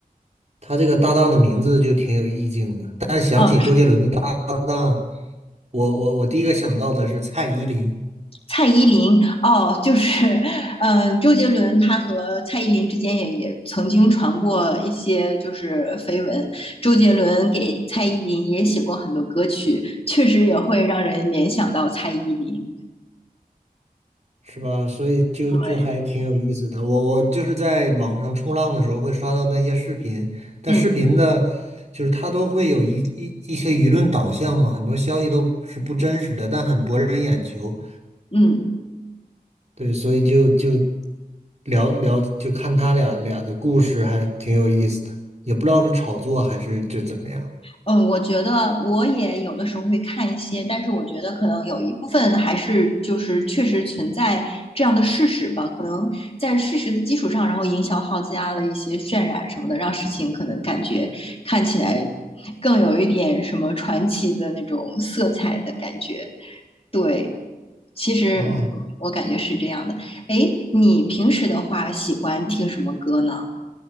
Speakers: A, on the right (about 45°); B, on the left (about 40°).
A: 他这个搭档的名字就挺有意境的。但是想起周杰伦的搭档，
B: 嗯，
A: 我我我第一个想到的是蔡依林。
B: 蔡依林哦，就是，<laughs> 嗯，周杰伦他和蔡依林之间也也曾经传过一些就是绯闻，周杰伦给蔡依林也写过很多歌曲，确实也会让人联想到蔡依林。
A: 是吧？所以就就还挺有意思的。
B: 对，
A: 我我就是在网上冲浪的时候会刷到那些视频，但视频的，
B: 嗯
A: 就是它都会有一一一些舆论导向嘛，很多消息都是不真实的，但很博人眼球。
B: 嗯，
A: 对，所以就就聊聊，就看他俩俩的故事，还挺有意思的。也不知道是炒作还是就怎么样。
B: 嗯，我觉得我也有的时候会看一些，但是我觉得可能有一部分还是就是确实存在这样的事实吧，可能在事实的基础上，然后营销号加了一些渲染什么的，让事情可能感觉看起来更有一点什么传奇的那种色彩的感觉。对，其实嗯我感觉是这样的。
A: 啊？
B: 哎，你平时的话喜欢听什么歌呢？